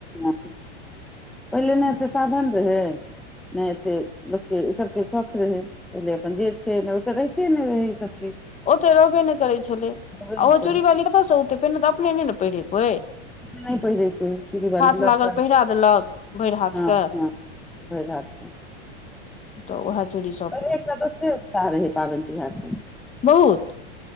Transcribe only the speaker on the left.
ओते रहबे नहि करै छलै आ
ओ
चूड़ीवाली कतयसँ ओतै पहिने तऽ अपने नहि न पहिरै कोय
लागल
पहिरा देलक भरि हाथके
तऽ उएह चुड़ी सब
बहुत